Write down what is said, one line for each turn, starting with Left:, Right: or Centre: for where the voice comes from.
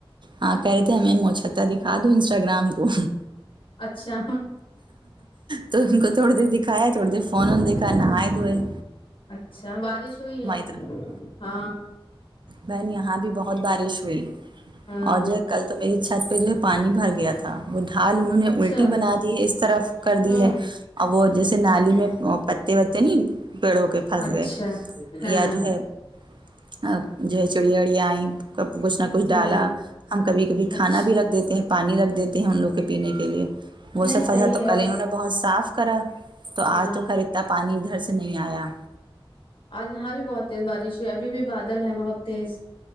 Right: ہاں کہہ رہے تھے ہمیں موچھتا دکھا دوں انسٹاگرام کو
Left: اچھا
Right: تو ان کو تھوڑی دیر دکھایا تھوڑی دیر فون وون
Left: ہ
Right: دیکھا نہائے توئے
Left: اچھا بارش ہوئی ہے
Right: طرف
Left: ہاں
Right: بہن یہاں بھی بہت بارش ہوئی
Left: ہاں
Right: اور جب کل تو میری چھت پہ جو ہے پانی بھر گیا تھا وہ ڈھال انہوں نے
Left: اچھا
Right: الٹی بنا دی اس طرف کر دی
Left: ہوں
Right: ہے اور وہ جیسے نالی میں پتے وتے نہیں پیڑوں کے پھنس
Left: اچھا
Right: گئے
Left: ہاں
Right: یا جو ہے جو چڑیا اڑیا آئی ک کچھ نہ کچھ
Left: ہوں
Right: ڈالا ہم کبھی کبھی کھانا
Left: اچھا
Right: بھی رکھ دیتے ہیں پانی رکھ دیتے ہیں ان لوگ کے پینے کے لیے وہ
Left: نہیں
Right: سب فصا
Left: صحیح
Right: تو
Left: ہے
Right: کل
Left: اور
Right: انہوں
Left: کیا
Right: نے بہت صاف کرا تو آج
Left: ہاں
Right: تو خیر اتا پانی ادھر سے نہیں آیا
Left: اور یہاں بھی بہت تیز بارش ہوئی ہے ابھی بھی بادل ہے بہت تیز